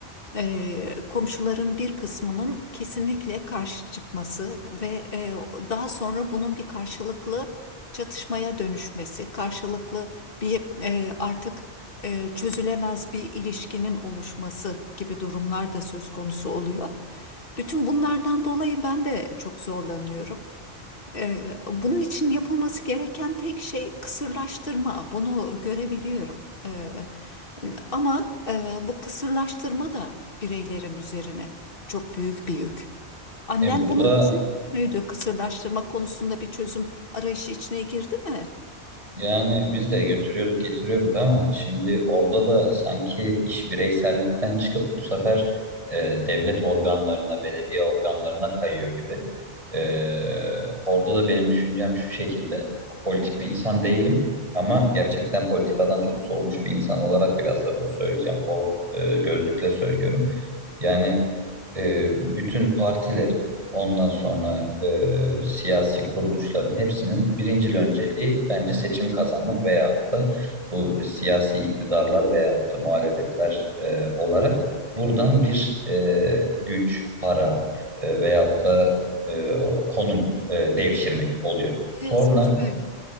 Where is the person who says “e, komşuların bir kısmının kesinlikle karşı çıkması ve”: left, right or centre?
Left